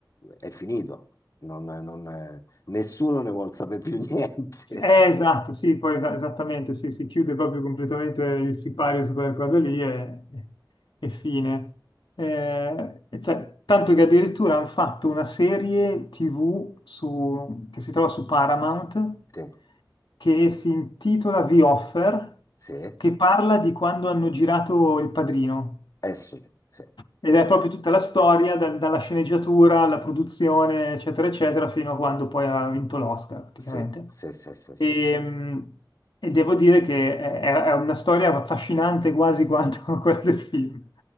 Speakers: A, on the left (about 45°); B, on the left (about 80°).
A: è finito. Non- non- nessuno ne vuol sapere più niente.
B: sì, eh, esatto,
A: <laughs>
B: sì, poi es- esattamente, sì, si chiude proprio completamente il sipario su quella cosa lì e, e fine. Eh, e cioè, tanto che addirittura hanno fatto una serie TV su- che si trova su Paramount
A: Sì,
B: che si intitola The Offer,
A: sì,
B: che parla di quando hanno girato Il Padrino.
A: eh sì, sì,
B: Ed
A: sì,
B: è
A: sì,
B: proprio tutta la storia, dal- dalla sceneggiatura alla produzione, eccetera, eccetera, fino a quando poi ha vinto l'Oscar, praticamente.
A: sì, sì, sì, sì.
B: E, mh, e devo dire che è, è- è una storia affascinante quasi quanto <laughs> quella del film.